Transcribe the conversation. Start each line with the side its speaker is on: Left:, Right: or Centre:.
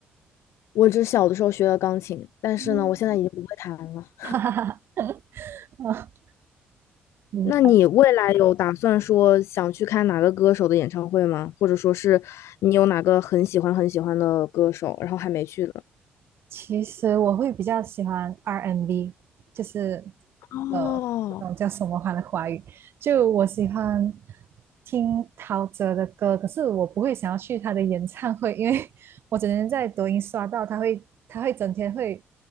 Left: 我只小的时候学了钢琴，但是呢，
Right: 嗯
Left: 我现在已经不会弹了。
Right: <laughs> 哦，明白。
Left: 那你未来有打算说想去看哪个歌手的演唱会吗？或者说是你有哪个很喜欢很喜欢的歌手，然后还没去的？
Right: 其实我会比较喜欢 R&B，就是
Left: 哦，
Right: 呃，不懂叫什么话的华语。就我喜欢听陶喆的歌，可是我不会想要去他的演唱会，因为我整天在抖音刷到他会，他会整天会